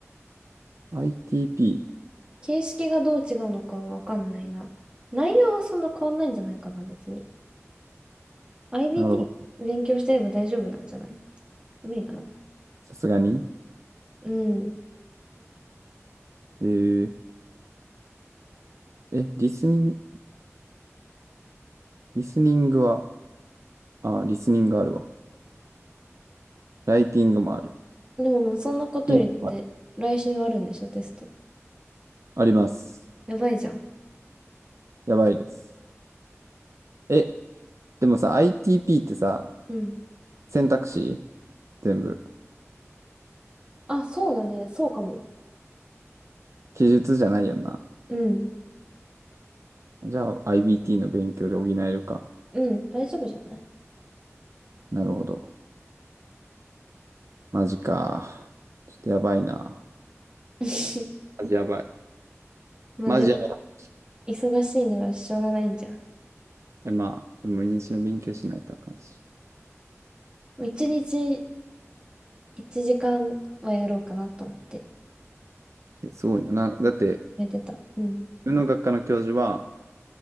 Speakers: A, on the right; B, on the right.
A: ITP。
B: 形式がどう違うのかわかんないな。内容はそんな変わんないんじゃないかな、別に。IBT
A: なるほど。
B: 勉強してれば大丈夫なんじゃない無理なの
A: さすがに。
B: うん。
A: えー、え、リスニング、リスニングは、あ、リスニングあるわ。ライティングもある。
B: でももうそんなことよりだって、
A: リーディングもある
B: 来週あるんでしょ、テスト。
A: あります。
B: やばいじゃん。
A: やばいです。え、でもさ、ITP ってさ、
B: うん。
A: 選択肢全部。
B: あ、そうだね。そうかも。
A: 記述じゃないよな。
B: うん。
A: じゃあ IBT の勉強で補えるか。
B: うん。大丈夫じゃない
A: なるほど。マジか。ちょっとやばいな。
B: <laughs>
A: マジやばい。
B: まあでも、
A: マジやばい。
B: 忙しいならしょうがないんじゃん。
A: えまあ、でも入試の勉強しないとあかんし。
B: 一日1時間はやろうかなと思って、
A: いや、すごいな。な、だって、
B: 寝てた。うん。
A: 自分の学科の教授は、